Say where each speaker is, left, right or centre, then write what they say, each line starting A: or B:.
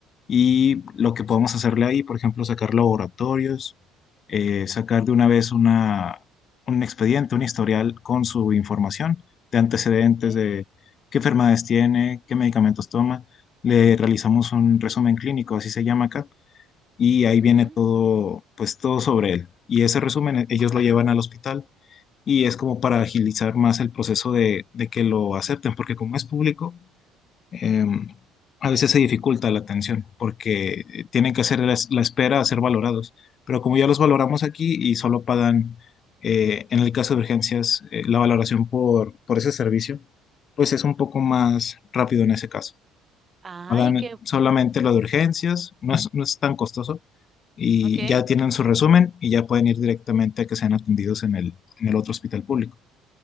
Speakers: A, on the left; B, on the right.
A: y lo que podemos hacerle ahí, por ejemplo, sacar laboratorios, eh, sacar de una vez una, un expediente, un historial con su información de antecedentes,
B: ok,
A: de qué enfermedades tiene, qué medicamentos toma. Le realizamos un resumen clínico, así se llama acá, y ahí
B: ujú.
A: viene todo, pues todo sobre él. Y ese resumen ellos lo llevan al hospital y es como para agilizar más el proceso de, de que lo acepten, porque como es público, eh, a veces se dificulta la atención, porque eh, tienen que hacer la, la espera a ser valorados, pero como ya los valoramos aquí y solo pagan, eh, en el caso de urgencias, eh, la valoración por, por ese servicio, pues es un poco más rápido en ese caso.
B: Ay,
A: Pagan
B: qué,
A: solamente lo de urgencias, no es, no es tan costoso y
B: ok,
A: ya tienen su resumen y ya pueden ir directamente a que sean atendidos en el, en el otro hospital público.